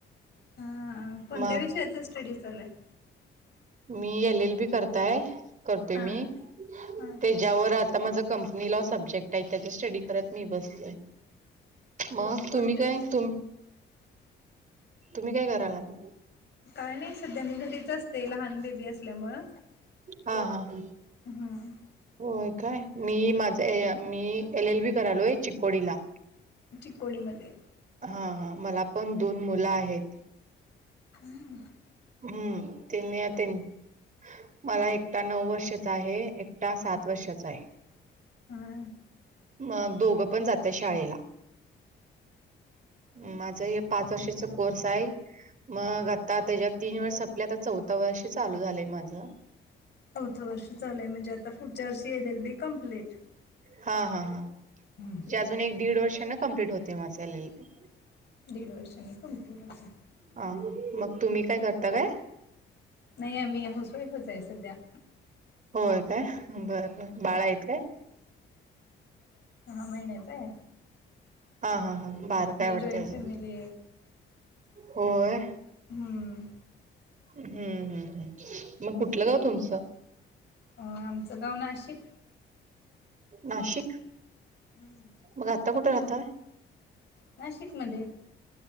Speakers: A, on the left; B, on the right.
A: हा कोणत्या
B: मग
A: विषयाचा स्टडी चालू हाय?
B: मी एल एल बी करत हाय करतोय
A: हा
B: मी.
A: हा
B: तेच्यावर आता माझ कंपनी लॉ सब्जेक्ट हाय, त्याचा स्टडी करत मी बस मग
A: कोणत्या
B: तुम्ही काय? तुम् तुम्ही काय करायलात?
A: काय नाही सध्या मी घरीच असते. लहान बेबी असल्यामुळ.
B: हा हा.
A: हम्.
B: होय काय मी माझे य मी एल एल बी करलोय चिकोडीला.
A: चिकोडीमध्ये.
B: हा हा मला पण दोन मुलं आहेत.
A: हम्.
B: हम्म, तेनी या तेन मला एकटा नऊ वर्षाचा आहे एकटा सात वर्षाचा हाय.
A: हा.
B: म दोघं पण जातये शाळेला. माझं हे पाच वर्षाचा कोर्स आहे, मग आता त्याज्यात तीन वर्ष सपली आता चौथ वर्ष चालू झालंय माझं.
A: चौथं वर्ष चालूय म्हणजे आता पुढच्या वर्षी एल एल बी कम्प्लीट.
B: हा हा हा.
A: हम्.
B: जे अजून एक दीड वर्षांन कम्प्लीट होते माझ एल एल बी.
A: दीड वर्षांनी कमप्लीट होतं.
B: हा मग तुम्ही काय जाता काय?
A: नाही आम्ही हाउसवाइफच आहे सध्या.
B: होय काय बर बर बाळा आहेत काय?
A: महिन्याच हाय.
B: हा हा हा बारक हाय वाटत
A: जॉईंट
B: अजून,
A: फॅमिली आहे
B: होय.
A: हम्म.
B: हम्म हम्म हम्म मग कुठलं गाव तुमचं?
A: अ आमचं गाव नाशिक.
B: नाशिक.
A: हम्म.
B: मग आत्ता कुठ राहताय?
A: नाशिक मध्ये.